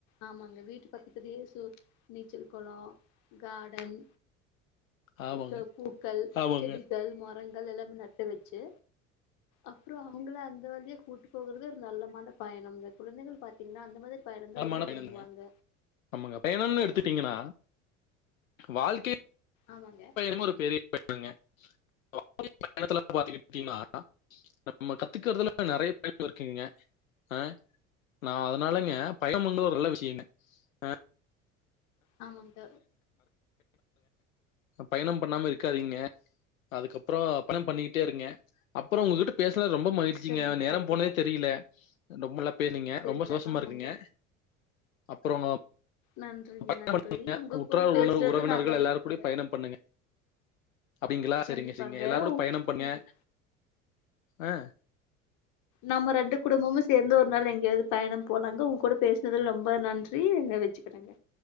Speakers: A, on the left; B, on the left.
A: ஆமாங்க வீட்டு பக்கத்திலேயே சோ நீச்சல் கொளோ கார்டன்
B: ஆமாங்க
A: இத்தன பூக்கள்
B: ஆமாங்க
A: செடிகள் மரங்கள் எல்லா நட்டு வெச்சு அப்றோ அவங்கள அந்த வழியா கூட்டு போகறது ஒரு நல்ல மாந்த பயணம்ங்க குழந்தைகள் பா திங்கனா அந்த மாதிரி பயணந்தா
B: <unintelligible>
A: ரொம்ப
B: பயணங்க
A: விரும்புவாங்க
B: ஆமாங்க பயணம்னு
A: ஆமாங்க
B: எடுத்துட்டீங்கன்னா வாழ்க்கை
A: ஆமாங்க
B: <inaudible> ஒரு பெரிய பயணங்க ஓ <inaudible> பயணத்துல பாத்துகிட்டிங்கனா நம்ம கத்துக்கறதுல நெறைய பயண இருக்குங்க ஆஹ் நா அதனாலங்க பயணம் பண்றது ஒரு நல்ல விஷயங்க அஹ் <inaudible> <inaudible>
A: ஆமாங்க
B: பயணம் பண்ணாம இருக்காதீங்க அதுக்கப்புறோ பயணம் பண்ணிக்கிட்டே இருங்க அப்புறோ உங்ககிட்ட பேச துல ரொம்ப மகிழ்ச்சிங்க
A: சரிங்க
B: நேரம்
A: கண்டிப்பா
B: போனதே தெரியல ரொம்பலா பேர்னீங்க
A: சரிங்க
B: ரொம்ப சந்தோஷமா
A: ஆமாங்க
B: இருக்குங்க அப்புறமா
A: நன்றிங்க
B: <inaudible>
A: நன்றி உங்க
B: உற்றார்
A: கூட
B: உறவினர்
A: பேசுறது
B: உறவினர்கள்
A: நல்லா
B: எல்லார்
A: இருக்குங்க
B: கூடயும் பயணம் பண்ணுங்க அப்டிங்களா
A: கண்டிப்பாங்க
B: சரிங்க சரிங்க எல்லாரு கூட
A: உ-
B: பயணம் பண்ணுங்க
A: உங்க-
B: ஆஹ்
A: நம்ம ரெண்டு குடும்பமு சேர்ந்து ஒரு நாள் எங்கயாவது பயணம் போலாங்க உங்க கூட பேசுனதுல ரொம்ப நன்றி எங்க வச்சுக்கிறங்க